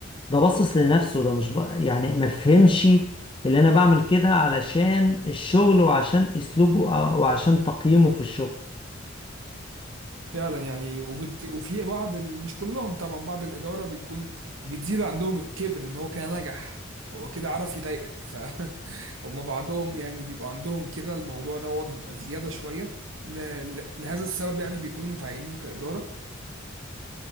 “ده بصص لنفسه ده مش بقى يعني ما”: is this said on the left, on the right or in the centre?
Left